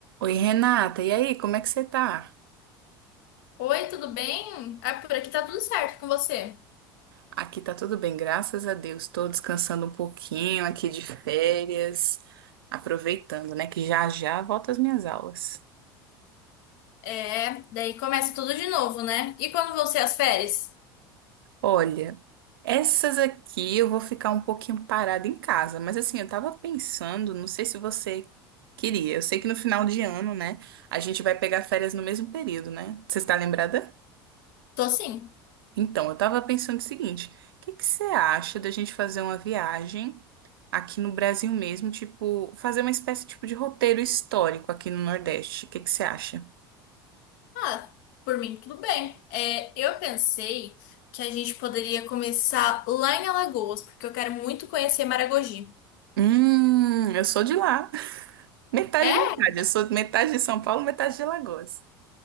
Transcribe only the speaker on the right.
Oi, Renata, e aí, como é que você tá?
Aqui tá tudo bem, graças a Deus. Tô descansando um pouquinho aqui de férias, aproveitando, né, que já já volto às minhas aulas.
Olha, essas aqui eu vou ficar um pouquinho parada em casa, mas assim, eu tava pensando, não sei se você queria. Eu sei que no final de ano, né, a gente vai pegar férias no mesmo período, né? Você está lembrada?
Então, eu tava pensando o seguinte: o que que você acha da gente fazer uma viagem? aqui no Brasil mesmo, tipo, fazer uma espécie tipo de roteiro histórico aqui no Nordeste. O que que você acha?
Hum, eu sou de lá. <laughs> Metade,
metade. Eu sou metade de São Paulo, metade de Alagoas.